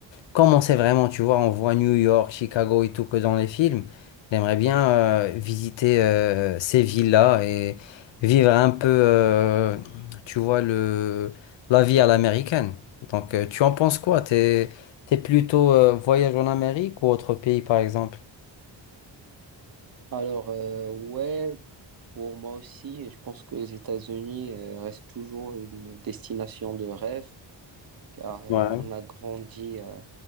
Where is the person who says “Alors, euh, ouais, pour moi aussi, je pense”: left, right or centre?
Right